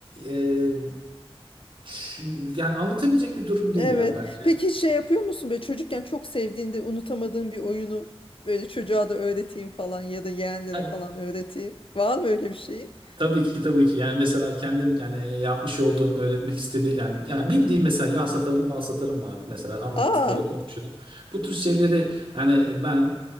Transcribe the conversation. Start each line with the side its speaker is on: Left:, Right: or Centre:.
Right: e, ş- yani anlatabilecek bir durum değil
Left: Evet.
Right: ya bence.
Left: Peki hiç şey yapıyor musun böyle çocukken çok sevdiğinde unutamadığın bir oyunu böyle çocuğa da öğreteyim falan ya da yeğenlere
Right: Ha,
Left: falan öğreteyim. Var mı öyle bir şeyin?
Right: Tabii ki tabii ki. Yani mesela kendim yani yapmış olduğum öğretmek istediği yani yani bildiğim mesela yağ satarım, bal satarım var mesela anlat
Left: Aa.
Right: böyle konuşuyorum. Bu tür şeyleri yani ben